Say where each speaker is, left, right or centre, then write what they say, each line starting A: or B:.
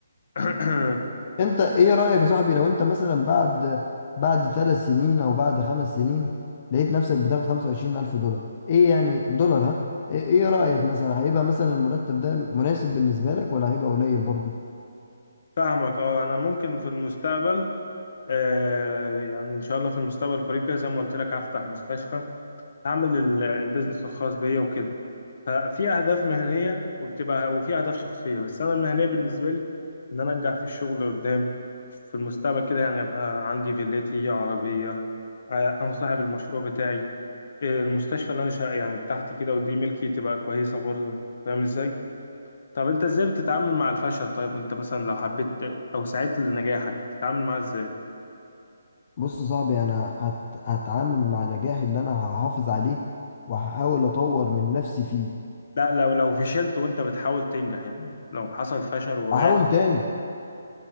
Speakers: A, on the left; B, on the left.
A: <coughs> <clears throat>
B: انت ايه رأيك يا صاحبي لو انت مثلا بعد بعد ثلاث سنين او بعد خمس سنين لقيت نفسك بتاخد خمسة وعشرين الف دولار ايه يعني دولار ها ايه ايه رأيك مثلا هيبقى مثلا المرتب ده مناسب بالنسبة لك ولا هيبقى قليل برضه
A: فاهمك اه انا ممكن في المستقبل آه يعني ان شاء الله في المستقبل القريب كده زي ما قلت لك هفتح مستشفى اعمل ال- البيزنس الخاص بيا وكده ففي اهداف مهنيه وبتبقى وفي اهداف شخصيه بس انا المهنيه بالنسبه لي ان انا انجح في الشغل قدام في المستقبل كده يعني ابقى عندي فيلتي عربيه آه، انا صاحب المشروع بتاعي آه، المستشفى اللي انا شا- يعني بتاعتي كده ودي ملكي تبقى كويسه برضه فاهم ازاي طب انت ازاي بتتعامل مع الفشل طيب وانت مثلا لو حبيت لو سعيت لنجاحك تتعامل معاه ازاي
B: بص يا صاحبي انا هت... هتعامل مع نجاحي اللي انا هحافظ عليه وهحاول اطور من نفسي فيه
A: لا لو لو فشلت وانت بتحاول تنجح يعني لو حصل فشل ووقعت
B: احاول
A: و-
B: تاني